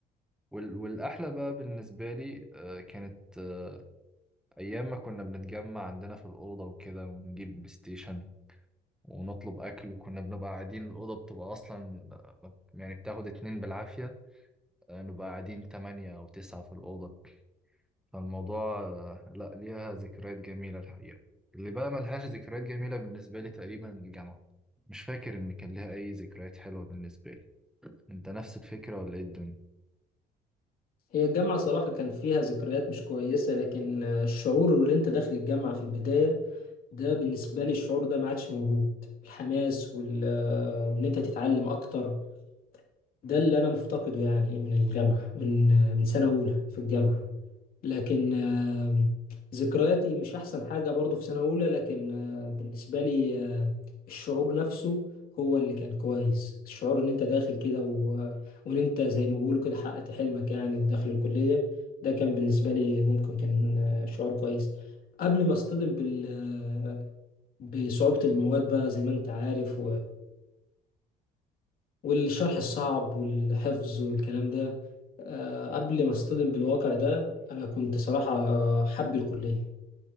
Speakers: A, in the centre; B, on the left (about 60°).
A: وال والأحلى بقى بالنسبة لي آه، كانت آه، أيام ما كنا بنتجمع عندنا في الأوضة وكده ونجيب بلاي ستيشن ونطلب أكل وكنا بنبقى قاعدين الأوضة بتبقى أصلا آه، يعني بتاخد اتنين بالعافية آه، نبقى قاعدين تمانية أو تسعة في الأوضة فالموضوع آه، لا ليها ذكريات جميلة الحقيقة اللي بقى ملهاش ذكريات جميلة بالنسبة لي تقريبا الجامعة مش فاكر إن كان ليها أي ذكريات حلوة بالنسبة لي أنت نفس الفكرة ولا إيه الدنيا؟
B: هي الجامعة صراحة كان فيها ذكريات مش كويسة لكن آه، الشعور اللي أنت داخل الجامعة في البداية ده بالنسبة لي الشعور ده ما عادش موجود الحماس وال... آه، وإن أنت تتعلم أكتر ده اللي انا مفتقده يعني من الجامعه من من سنه اولى في الجامعه لكن آه، ذكرياتي مش احسن حاجه برضو في سنه اولى لكن آه، بالنسبه لي آه، الشعور نفسه هو اللي كان كويس الشعور ان انت داخل كده و... وان انت زي ما بيقولوا كده حققت حلمك يعني وداخل الكليه ده كان بالنسبه لي ممكن كان آه، شعور كويس قبل ما اصطدم بال... آه، بصعوبه المواد بقى زي ما انت عارف والشرح الصعب والحفظ والكلام ده آه، قبل ما اصطدم بالواقع ده انا كنت صراحة آه، حب الكلية